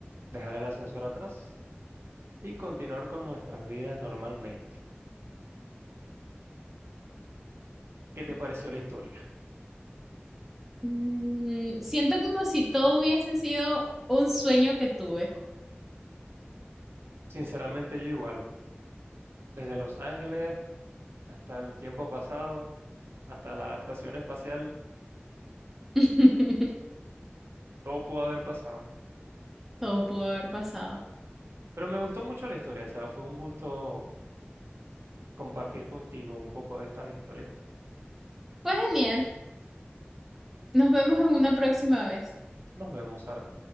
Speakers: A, on the right; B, in the centre.
A: dejar el ascensor atrás y continuar con nuestras vidas normalmente. ¿Qué te pareció la historia?
B: Mm, siento como si todo hubiese sido un sueño que tuve.
A: Sinceramente, yo igual, desde Los Ángeles hasta el tiempo pasado, hasta la estación espacial,
B: <laughs>
A: todo pudo haber pasado.
B: Todo pudo haber pasado.
A: Pero me gustó mucho la historia, Sara. Fue un gusto compartir contigo un poco de estas historias.
B: Pues genial, nos vemos en una próxima vez.
A: Nos vemos, Sara.